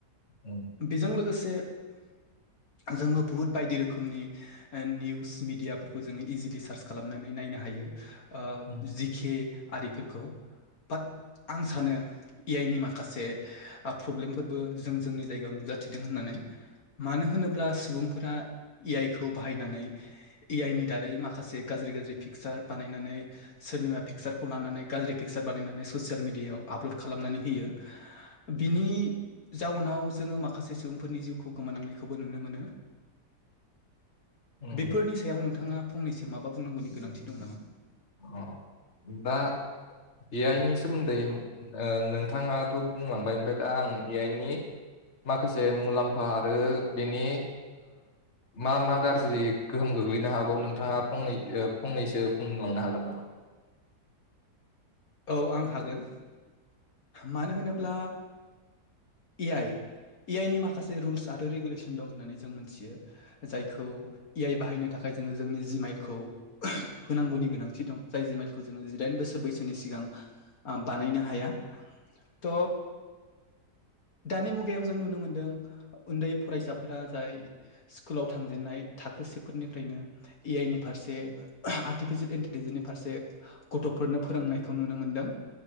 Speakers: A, on the left; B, on the left.
A: उम
B: बेजों लोगोसे जोङो बुहुत बायदि रोखोमनि ओ निउस मिडियाफोरखौ जोङो इजिलि सार्च खालामनानै नायनो हायो ओ
A: उम
B: जिखे आरिफोरखौ बाट आं सानो ए आइ नि माखासे प्रब्लेमफोरबो जों जोंनि जायगायाव नु जाथि होननानै मानो होनोब्ला सुबुंफोरा ए आइ खौ बाहायनानै ए आइ <unintelligible> नि दारै माखसे गाज्रि गाज्रि फिक पसार बानायनानै सोरनिमा पिकसारखौ लानानै गाज्रि पिकचार बानायनानै ससियेल मिडियायाव आपल'ड खालामना नै होयो बिनि जाउनाव जोङो माखासे सुबुंफोरनि जिउखौ गोमानांनायखौबो नुनो मोनो
A: <inaudible> उम
B: बेफोरनि सायाव नोंथाङा फंनैसो माबा बुंनांगौनि गोनांथि दं नामा?
A: अ दा ए आइ नि सोमोन्दै ओ नों थाङाथ' बुंलांबाय ओमफ्राय दा आं ए आइनि माखासे मुलाम्फा आरो बेनि मा मा गाज्रि गोहोम गोग्लैनो हागौ नोंथाङा फंनै ओ फंनैसो बुं बुंनो हागोन नामा?
B: औ आं हागोन मानो होनोब्ला ए आइ ए आइ नि माखासे रुल्स आरो रेगुलेसन दं होननानै जों मोनथियो जायखौ ए आइ बाहायनो थाखाय खाय जो जोंनि जि माइलखौ होनांगौनि गोनांथि दं जाय जि माइलखौ जों जिदाइन बोसोर बैसो नि सिगां बानायनो हाया थ' दानि मुगायाव जों नुनो मोनदों उन्दै फरायसाफोरा जाय स्कुलाव थांजेनन्नाय थाखो सेफोरनिफ्रायनो ए आइ नि फारसे आर्टिफिसियेल इन्टेलिजेन्सनि फारसे गथ' फोरोंनायखौ नुनो मोनदों